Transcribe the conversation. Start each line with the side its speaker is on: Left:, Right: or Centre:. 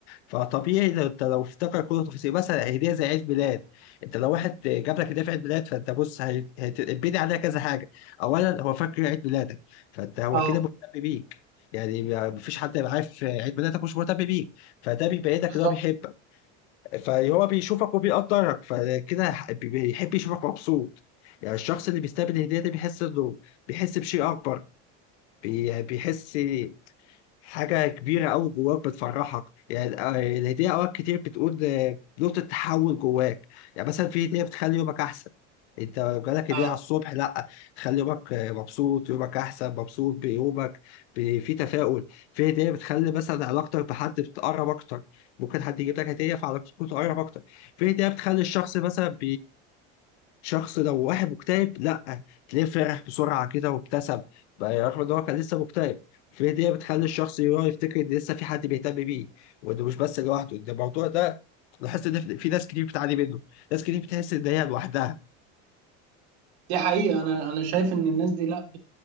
Left: فطبيعي لو انت لو افتكر كل تفاصيل مثلا هديه زي عيد ميلاد انت لو واحد جاب لك هديه في عيد ميلاد فانت بص هي- هيتبني عليها كذا حاجه اولا هو فاكر عيد ميلادك فانت هو
Right: اه
Left: كده مهتم بيك يعني ما- مفيش حد يبقى عارف عيد ميلادك مش مهتم بيك فده بيبينك
Right: بالظبط
Left: ان هو بيحبك فهو بيشوفك وبيقدرك فكده ح- بيحب يشوفك مبسوط يعني الشخص اللي بيستقبل الهديه ده بيحس انه بيحس بشيء اكبر بي- بيحس حاجة كبيرة أوي جواك بتفرحك يعني آه، الهدية أوقات كتير بتقول آه، نقطة تحول جواك يعني مثلا في هدية بتخلي يومك أحسن أنت جالك
Right: اه
Left: هدية على الصبح لأ تخلي يومك آه، مبسوط يومك أحسن مبسوط بيومك ب- في تفاؤل في هدية بتخلي مثلا علاقتك بحد بتقرب أكتر ممكن حد يجيب لك هدية فعلاقتكم تقرب أكتر في هدية بتخلي الشخص مثلا شخص لو واحد مكتئب لا تلاقيه فرح بسرعه كده وابتسم بقى رغم ان هو كان لسه مكتئب في هديه بتخلي الشخص يراه يفتكر ان لسه في حد بيهتم بيه وانه مش بس لوحده ده الموضوع ده لاحظت ان في في ناس كتير بتعاني منه ناس كتير بتحس ان هي لوحدها
Right: دي حقيقه انا انا شايف ان الناس دي لا